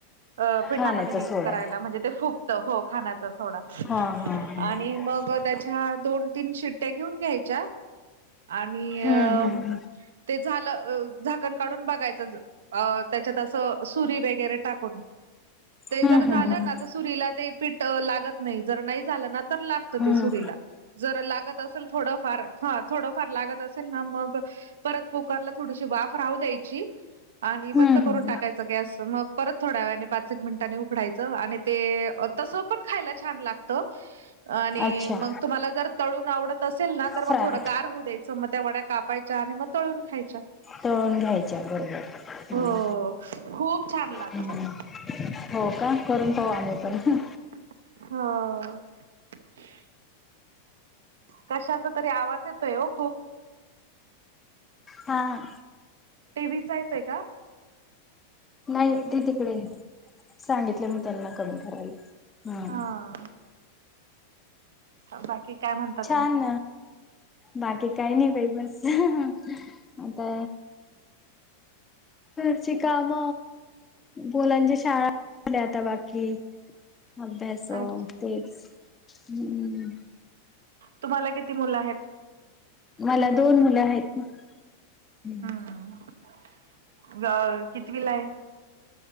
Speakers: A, on the right; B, on the left.
A: अ पिठामध्ये
B: खाण्याचा
A: मिक्स
B: सोडा
A: करायला म्हणजे ते फुगतं हो खाण्याचा सोडा.
B: हां हां
A: आणि
B: <unintelligible>
A: मग त्याच्या दोन तीन शिट्ट्या घेऊन घ्यायच्या आणि
B: हम्म
A: अ
B: हम्म
A: ते झालं अ झाकण काढून बघायचं ज अ त्याच्यात असं सुरी वगैरे टाकून. ते
B: हम्म
A: जर झालं
B: हम्म हम्म.
A: ना तर सुरीला ते पीठ लागत नाही जर नाही झालं ना तर लागत
B: हम्म
A: ते सुरीला. जर लागत असल थोडंफार हं थोडंफार लागत असेल ना मग परत कुकरला थोडीशी वाफ राहू द्यायची आणि बंद
B: हम्म
A: करून
B: हम्म
A: टाकायच गॅस मग परत थोड्या वेळाने पाच एक मिनिटांनी उघडायचं आणि ते अ तसं पण खायला छान लाग त आणि
B: अच्छा.
A: मग तुम्हाला जर तळून आवडत असेल ना तर
B: फ्राय
A: मग थोडं गार होऊ द्यायचं मग त्या वड्या कापायच्या आणि मग तळून खायच्या.
B: तळून घ्यायच्या <unintelligible> हम्म
A: हो खूप छान लागतात.
B: हम्म. हो का करून पाहू आम्ही पण हम्म.
A: हो. कशाचा तरी आवाज येतोय हो खूप.
B: हां.
A: टीव्हीचा येतोय का?
B: नाही ती तिकडे सांगितलं मी त्यांना कमी करायला. हम्म
A: हा बाकी काय म्हणता
B: छान
A: तुम्ही
B: बाकी काही नाही बाई बस आता घरची काम मुलांच्या शाळा आणि आता बाकी अभ्यास हो
A: अच्छा.
B: तेच हम्म
A: तुम्हाला किती मुलं आहेत?
B: मला दोन मुलं आहेत ना हम्म.
A: हां ग कितविला आहे?